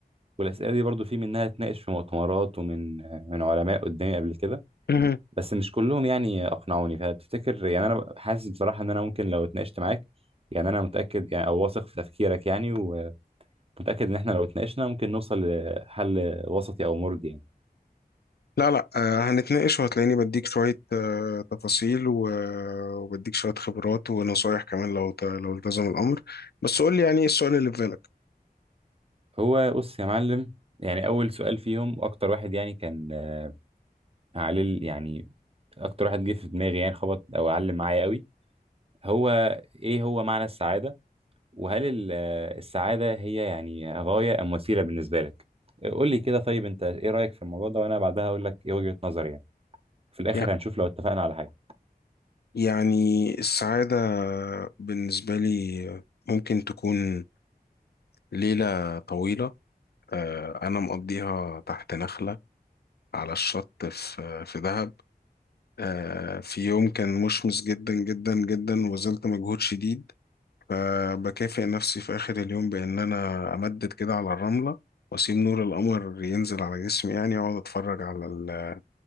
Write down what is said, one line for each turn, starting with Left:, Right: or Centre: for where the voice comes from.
Right: والاسئله دي برضو في منها اتناقش في مؤتمرات ومن آه، من علماء قدامي قبل كده
Left: مهم.
Right: بس مش كلهم يعني اقنعوني فتفتكر يعني انا حاسس بصراحه ان انا ممكن لو اتناقشت معاك يعني انا متاكد يعني او واثق في تفكيرك يعني ومتاكد ان احنا لو اتناقشنا ممكن نوصل لحل وسطي او مرضي يعني
Left: لا لا آه، هنتناقش وهتلاقيني بديك شوية آه، تفاصيل و- وبديك شوية خبرات ونصايح كمان لو ت- لو التزم الأمر بس قول لي يعني إيه السؤال اللي في بالك
Right: هو بص يا معلم يعني اول سؤال فيهم اكتر واحد يعني كان آه، عليه ال- يعني اكتر واحد جه في دماغي يعني خبط او علم معايا قوي هو ايه هو معنى السعاده وهل ال- آه، السعاده هي يعني غايه ام وسيله بالنسبه لك آه، قول لي كده طيب انت ايه رايك في الموضوع ده وانا بعدها اقول لك ايه وجهه نظري يعني في الاخر
Left: يع-
Right: هنشوف لو اتفقنا على حاجه
Left: يعني السعادة بالنسبة لي ممكن تكون ليلة طويلة آه، أنا مقضيها تحت نخلة على الشط في في دهب آه، في يوم كان مشمس جدا جدا جدا وبذلت مجهود شديد فبكافئ نفسي في آخر اليوم بإن أنا أمدد كده على الرملة وأسيب نور القمر ينزل على جسمي يعني وأقعد أتفرج على ال-